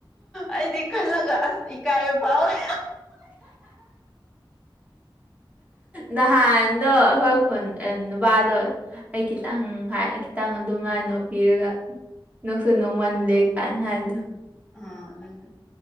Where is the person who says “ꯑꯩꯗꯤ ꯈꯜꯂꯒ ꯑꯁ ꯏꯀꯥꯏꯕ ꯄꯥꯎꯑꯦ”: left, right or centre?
Centre